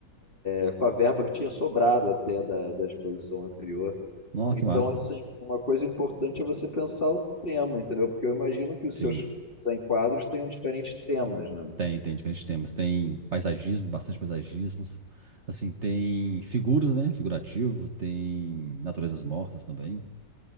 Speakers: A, on the left; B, on the right.
A: é, com a verba que tinha sobrado até da, da exposição anterior.
B: Nossa,
A: Então,
B: que massa,
A: assim,
B: velho.
A: uma coisa importante é você pensar o tema, entendeu? Porque eu imagino que os
B: Sim,
A: seus 100 quadros tenham diferentes temas, né?
B: tem, tem diferentes temas. Tem paisagismo, bastante paisagismos. Assim, tem figuras, né? Figurativo, tem naturezas mortas também.